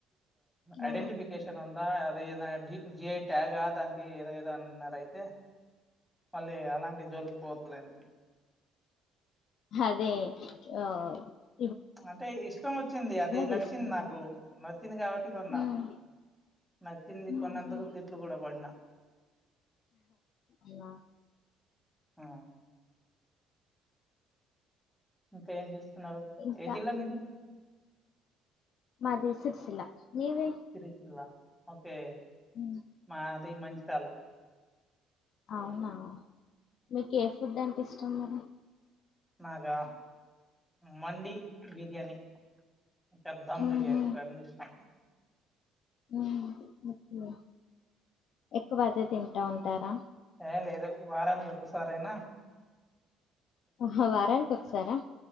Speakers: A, on the left; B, in the centre.
A: ఆ
B: ఐడెంటిఫి కేషన్ ఉందా అది ఏ జి జిఐ ట్యాగా దానికి ఏదో ఏదో అన్నరు అయితే మళ్ళీ అలాంటి జోలికి పోతలేను.
A: అదే ఓ
B: అంటే ఇష్టం వచ్చింది అది నచ్చింది
A: తీసుకుంటారు
B: నాకు నచ్చింది కాబట్టి కొన్నా.
A: ఉమ్
B: నచ్చింది
A: ఉమ్హు.
B: కొన్నందుకు తిట్లు కూడా పడినా.
A: అలా
B: ఆ ఇంకా ఏం చేస్తున్నారు
A: ఇంకా
B: ఏ జిల్లా మీది
A: మాది సిరిసిల్ల లేవే
B: సిరిసిల్ల ఓకే
A: హ
B: మాది మంచి తాల
A: అవునా మీకు ఏ ఫుడ్ అంటే ఇష్టం మేడమ్
B: నాగా మండీ బిర్యానీ ద్దమ్
A: ఉహు
B: బిర్యానీ రెండు ఇష్టం
A: హ్మ్ ఓకే ఎక్కువ అదే తింటా ఉంటారా
B: ఏ లేదు వారానికి ఒక్కసారయినా
A: హ వారానికి ఒకసారా